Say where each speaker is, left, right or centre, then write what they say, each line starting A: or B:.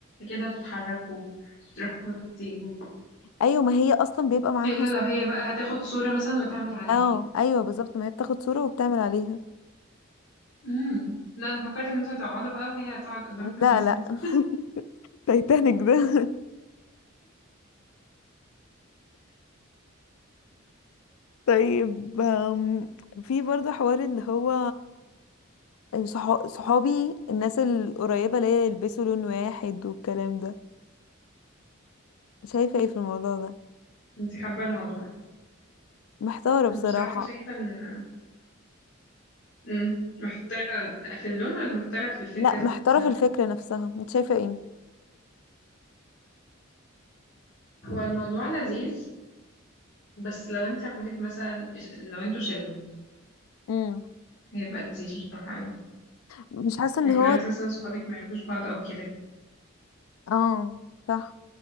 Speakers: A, on the left (about 60°); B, on the left (about 85°).
A: كده هتتحركوا تروحوا وتيجوا
B: ايوه ما هي اصلا بيبقى معاها
A: إلا لو هي بقى هتاخد صورة مثلا وتعمل عليها
B: اه ايوه بالظبط ما هي بتاخد صورة وبتعمل عليها
A: امم لا أنا فكرت إن انتوا هتقعدوا بقى وهي هتقعد قدامكم
B: لا
A: وترسمكم
B: لا <laughs> تايتانيك ده <laughs> طيب آم، في برضه حوار اللي هو آم، صحا- صحابي الناس القريبة ليا يلبسوا لون واحد والكلام ده شايفة ايه في الموضوع ده
A: انتي حابة الموضوع؟
B: محتارة
A: أنا
B: بصراحة
A: بصراحة شايفة إن مم. محتارة في اللون ولا محتارة في الفكرة
B: لا
A: ذات
B: محتارة
A: نفسها؟
B: في الفكرة نفسها انت شايفة ايه
A: هو الموضوع لذيذ بس لو انت عندك مثلا لو انتوا شلة
B: امم
A: هيبقى لذيذ بصراحة أوي
B: مش حاسة ان
A: لكن
B: هو
A: لو انت مثلا صحابك ما يعرفوش بعض او كده
B: اه صح